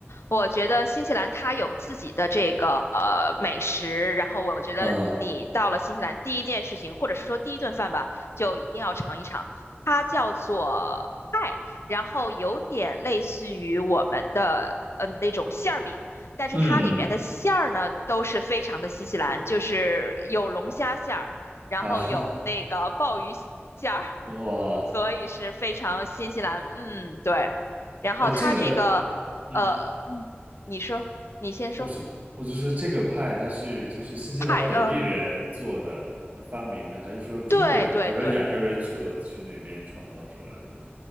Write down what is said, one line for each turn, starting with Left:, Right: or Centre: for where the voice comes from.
Left: 我觉得新西兰它有自己的这个呃美食，然后我觉得你到了新西兰第一件事情，
Right: 嗯
Left: 或者是说第一顿饭吧，就一定要尝一尝，它叫做派，然后有点类似于我们的呃那种馅儿饼，但是它里面的馅儿呢都是非常的新西兰，
Right: 嗯，
Left: 就是有龙虾馅儿，然后有那个鲍鱼馅儿，
Right: 啊 <laughs>，哇，
Left: 所以是非常新西兰，嗯，对。然后它这个，
Right: 呃，这个，嗯。
Left: 呃，嗯，你说，你先说，
Right: 我说，我就说这个派它是就是新西兰本地人做的呃发明的，
Left: 派，嗯、
Right: 还是说中国人或者亚洲人去了去那边创造出来的呢？
Left: 对对对，